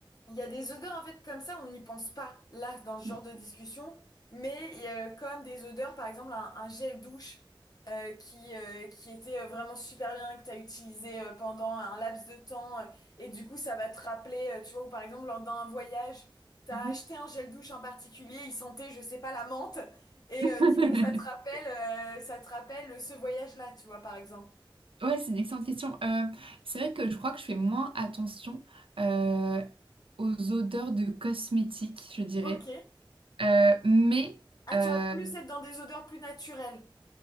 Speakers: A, on the left (about 45°); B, on the right (about 80°).
A: il y a des odeurs en fait comme ça, on n'y pense pas là dans ce genre
B: mm,
A: de discussion, mais il y a euh, comme des odeurs, par exemple un, un gel douche euh, qui euh, qui était euh, vraiment super bien que tu as utilisé euh, pendant un laps de temps euh, et du coup ça va te rappeler, euh, tu vois, ou par exemple lors d'un voyage, tu
B: mm,
A: as acheté un gel douche en particulier, il sentait, je sais pas, la menthe et
B: mm.
A: euh, du coup ça te rappelle
B: <laughs>
A: euh, ça te rappelle ce voyage-là, tu vois par exemple.
B: Ouais, c'est une excellente question. Euh, c'est vrai que je crois que je fais moins attention euh, aux odeurs de cosmétiques, je dirais.
A: Ok.
B: Euh, mais,
A: Ah,
B: euh,
A: tu as plus être dans des odeurs plus naturelles.